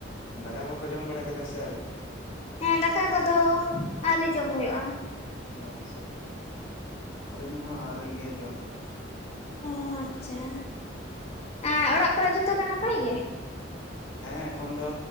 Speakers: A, on the left; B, on the left.
A: ᱫᱟᱠᱟ ᱠᱚᱯᱮ ᱡᱚᱢ ᱵᱟᱲᱟ ᱠᱮᱫᱟ ᱥᱮ ᱟᱹᱣᱨᱤ?
B: ᱮᱸᱜ ᱫᱟᱠᱟ ᱠᱚᱫᱚ ᱟᱹᱣᱨᱤ ᱡᱚᱢ ᱦᱩᱭᱩᱜ-ᱟ᱾
A: ᱟᱪᱪᱷᱟ ᱟᱞᱤᱧ ᱦᱚᱸ ᱟᱹᱣᱨᱤ ᱜᱮ ᱡᱚᱢ ᱦᱩᱭᱩᱜ-ᱟ᱾
B: ᱚ ᱟᱪᱪᱷᱟ ᱟᱸ ᱚᱲᱟᱜ ᱠᱚᱨᱮ ᱡᱚᱛᱚ ᱜᱮ ᱱᱟᱯᱟᱭ ᱜᱮ?
A: ᱦᱮᱸ ᱮᱠᱷᱚᱱ ᱫᱚ